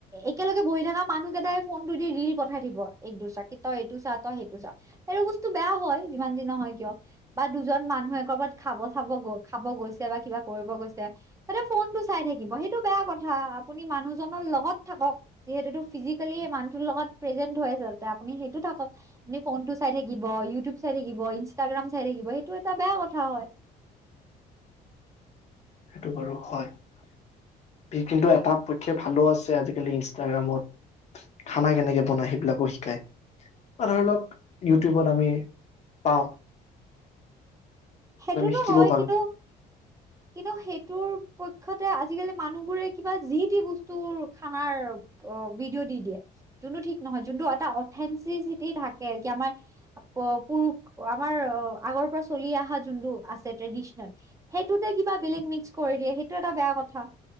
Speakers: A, on the right; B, on the left.
A: একেলগে বহি থকা মানুহ কেইটাই ফোনতটো দি ৰিল পঠাই দিব এক দুচৰাক কি তই এইটো চা তই সেইটো চা এইটো বস্তু বেয়া হয়। যিমান যি নহয় কিয় বা দুজন মানুহে কৰবাত খাব চ খাব গৈছে বা কিবা কৰিব গৈছে তাতে ফোনটো চাই থাকিব সেইটো বেয়া কথা আপুনি মানুহজনৰ লগত থাকক যিহেতুটো ফিজিকেলি মানুহৰ লগত প্ৰেজেন্ত হৈ আছে তাতে আপুনি সেইটো থাকক আপুনি ফোনটো চাই থাকিব ইউটিউব চাই থাকিব ইনষ্টাগ্ৰাম চাই থাকিব সেইটো এটা বেয়া কথা হয়।
B: সেইটো বাৰু হয় কিন্তু এটা পক্ষে ভালো আছে আজিকালি ইনষ্টাগ্ৰামত খানা কেনেকে বনাই সেইবিলাকো শিকায় বা ধৰি লওক ইউটিউবত আমি পাও।
A: সেইটোতো
B: শিকিব
A: হয়
B: পাৰো
A: কিন্তু -কিন্তু সেই টোৰ পক্ষতে আজিকালি মানুহবোৰে কিবা যি তি বস্তুৰ খানাৰ ভিডিঅ' দি দিয়ে যোনটো ঠিক নহয় যোনটো এটা অথেনচিচিটি থাকে যে আমাৰ পুৰুষ আমাৰ আগৰ পৰা চলি আহা জো জোনটো আছে ট্ৰদিচনেল সেইটোতে কিবা বেলেগ মিক্স কৰি দিয় সেইটো এটা বেয়া কথা।